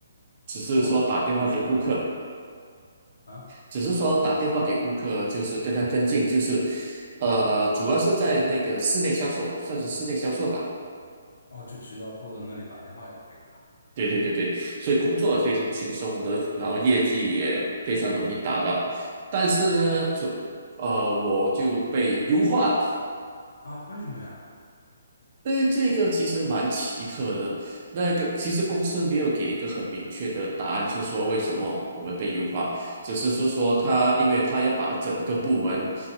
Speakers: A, on the right (about 40°); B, on the left (about 80°).
A: 只是说打电话给顾客，
B: 哦，你是干什么的啊？
A: 只是说打电话给顾客，就是跟他跟进，就是，呃，主要是在那个室内销售，算是室内销售吧。
B: 哦，就只要坐在那里打电话就可以了
A: 对对对对，所以工作非常轻松的，然后业绩也非常容易达到。但是呢，就呃，我就被优化了。
B: 啊？为什么呀？
A: 哎，这个其实蛮奇特的。那个其实公司没有给一个很明确的答案，是说为什么我们被优化，只是是说他，因为他要把整个部门